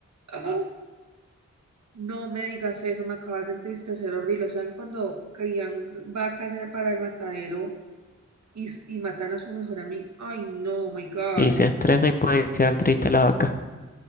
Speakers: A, on the right (about 65°); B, on the left (about 30°).
A: Ah, No me digas eso, me acabas de entristecer horrible. O sea que cuando crían vacas era para el matadero y, y matan a su mejor amigo. Ay, no, my God.
B: Y se estresa y puede quedar triste la vaca.